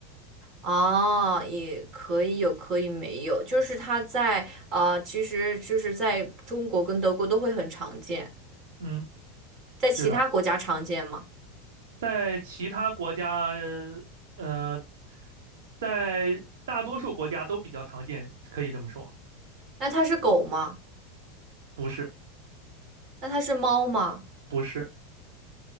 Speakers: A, on the right; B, on the right.
A: 哦，也可以有，可以没有，就是它在啊，其实就是在中国跟德国都会很常见，
B: 嗯，
A: 在其他国家常见吗？
B: 是的，在其他国家，呃，在大多数国家都比较常见，可以这么说。
A: 那它是狗吗？
B: 不是，
A: 那它是猫吗？
B: 不是，